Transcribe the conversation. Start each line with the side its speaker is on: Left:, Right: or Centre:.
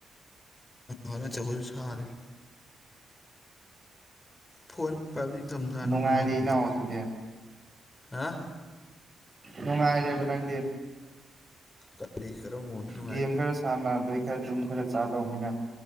Left: ꯑ ꯆꯈꯁꯨ ꯁꯥꯔꯦ ꯐꯣꯟ ꯄꯥꯏꯕꯗꯤ ꯅꯤꯡꯊꯝꯊꯥ ꯍꯅ
Right: ꯅꯨꯡꯉꯥꯏꯔꯦ
Left: ꯅꯨꯡꯉꯥꯏꯕꯅꯤꯗ
Right: ꯏꯅꯥꯎ ꯑꯗꯨꯗꯤ
Left: ꯍꯥ
Right: ꯅꯨꯡꯉꯥꯏꯔꯦꯕ ꯅꯪꯗꯤ
Left: ꯀꯔꯤ ꯀꯔꯝꯕ ꯃꯑꯣꯡꯗ ꯅꯨꯡꯉꯥꯏꯔꯤꯕ
Right: ꯒꯦꯝ ꯈꯔ ꯁꯥꯟꯅ ꯑꯗꯩ ꯈꯔ ꯇꯨꯝ ꯈꯔ ꯆꯥꯗꯧꯕꯅꯤꯅ